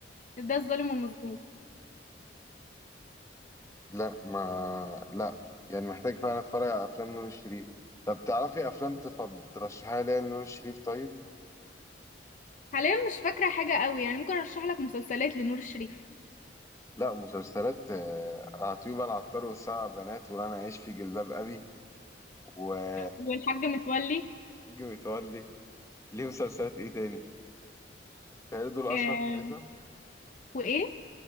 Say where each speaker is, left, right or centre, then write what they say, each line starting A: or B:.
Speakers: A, on the left; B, on the left.
A: ده الظالم والمظلوم
B: لا ما لا يعني محتاج فعلا اتفرج على افلام نور الشريف طب تعرفي افلام تفض... ترشحها لي نور الشريف طيب
A: حاليا مش فاكرة حاجة قوي يعني ممكن ارشح لك مسلسلات لنور الشريف
B: لا مسلسلات آه، عطيبة العطار والسبع بنات وانا عايش في جلباب ابي وحاج
A: والحاج متولي
B: متولي ليه مسلسلات ايه تاني تهيألي دول اشهر
A: آه...
B: ثلاثة
A: وايه